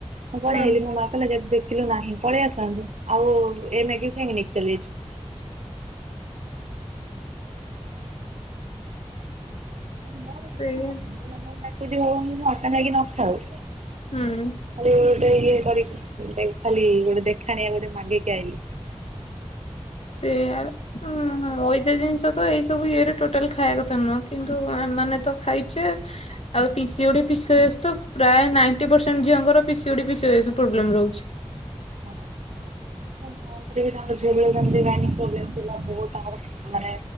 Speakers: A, on the right (about 80°); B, on the left (about 65°).
A: ମୁଁ ପଳଆଇଲି
B: ହୁଁ
A: ମୋ ମା କହିଲା ଦେଖ ଦେଖିଲୁ ନାହିଁ ପଳେଇ ଆସନ୍ତୁ ଆଉ ଏ ମେଗି କାହିଁକି ନେଇିକ ଚାଲିଛୁ। ମୋର ଇଛା
B: ସେଇଆ
A: ନାହିଁ ମୁଁ ମନେ ମନେ ଡାକୁଚି ହଉ ଅଟା ମାଗି ନଥାଉ।
B: ହୁଁ।
A: ଖାଲି ଗୋଟେ ଇଏ କରିକି ଖାଲି ଗୋଟେ ଦେଖାଣିଆ ଗୋଟେ ମାଗିକି ଆଇିଲି।
B: ସେ ଆଉ। ହୁଁ ମଇଦା ଜିନିଷ ତ ଏଇ ସବୁ ଇଏରେ ଟୋଟାଲ ଖାଇବା କଥା ନୁହଁ କିନ୍ତୁ ଏମାନେ ତ ଖାଇଛେ ଆଉ ପିସିଓଡି ଉ ପିସିଓଶ ତ ପ୍ରାଇ ନାଇଣ୍ଟି ପରସଣ୍ଟ ଝିଅଙ୍କର ପିସିଓଡି ପିସିଓଶ ପ୍ରୋବ୍ଲ ରହୁଛି।
A: ହଁ ହଁ। ମୋ ମାଙ୍କର ବି ତାଙ୍କ ଝିଅବେଳେ ସେମିତି ଗାଇନିକ ପ୍ରୋବ୍ଲେମ ଥିଲା ବ ତାଙ୍କର ମାନେ